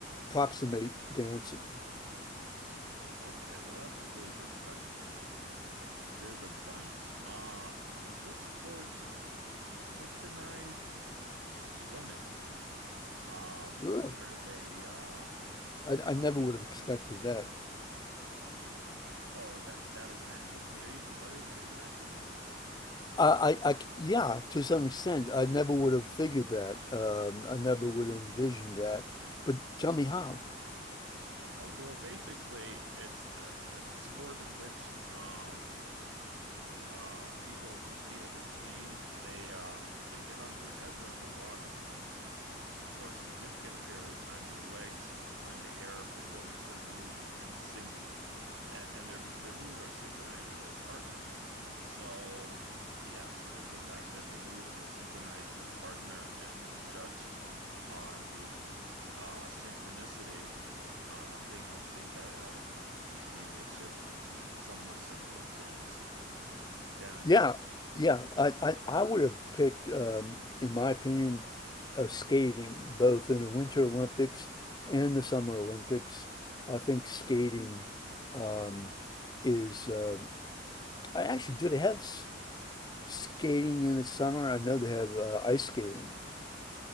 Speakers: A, on the left; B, on the right.
A: proximate dancing?
B: Okay. Well, that's a really good question. There's a bunch. Uh, there's this sport, synchronized swimming. um,
A: Really?
B: where they uh,
A: I I never
B: uh,
A: would have expected that.
B: oh that that is an answer for me. Are you familiar with synchronized swimming?
A: I, I, I- yeah, to some extent, I never would have figured that. Um, I never would have envisioned that. But tell me how.
B: Okay, well, basically, it's a it's a sport in which um uh people compete as a team. They uh they get on their heads are underwater for a significant period of time. Their legs are in the air, performing certain moves in sync a- and their their moves are synchronized with their partner. So yeah, so just the fact that their moves are synchronized with their partner and they're judged on the uh, synchronicity, uh, I think I think that element to me makes it pe somewhat similar to dance. Yeah,
A: Yeah, yeah, I, I, I would have picked, um, in my opinion, uh, skating both in the Winter Olympics and the Summer Olympics. I think skating, um, is. Uh, I actually do they have s- skating in the summer? I know they have uh, ice skating.